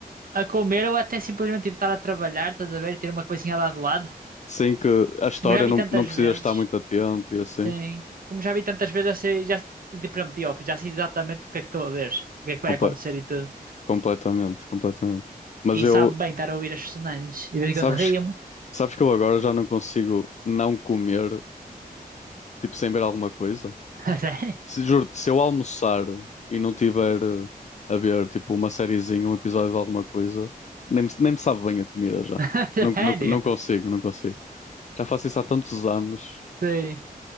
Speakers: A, on the right (about 65°); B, on the left (about 50°).
A: A comer ou até simplesmente tipo, estar a trabalhar, estás a ver, e ter uma coisinha lá de lado.
B: Sem que a história
A: Como já vi
B: não,
A: tantas
B: não precisa
A: vezes,
B: estar muito atento e assim.
A: sim. Como já vi tantas vezes, já sei, já, de- por exemplo, The Office, já sei exatamente o que é que estou a ver, o que é que
B: Comple-
A: vai acontecer e tudo.
B: completamente, completamente. Mas
A: E
B: eu,
A: sabe bem estar a ouvir as personagens. E de vez em
B: sabes,
A: quando rio-me.
B: sabes que eu agora já não consigo não comer, tipo, sem ver alguma coisa?
A: <laughs> Sério?
B: Se, juro se eu almoçar e não tiver eh, a ver tipo uma sériezinha, um episódio de alguma coisa, nem me, nem me sabe bem a comida já.
A: <laughs>
B: Não,
A: Sério?
B: não, não consigo, não consigo. Já faço isso há tantos anos
A: Sim.